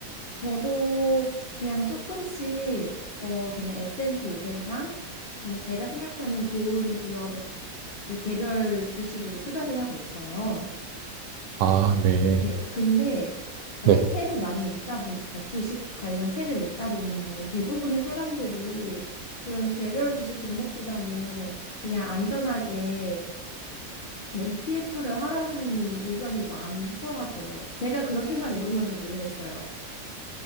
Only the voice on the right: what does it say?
아, 네,
네.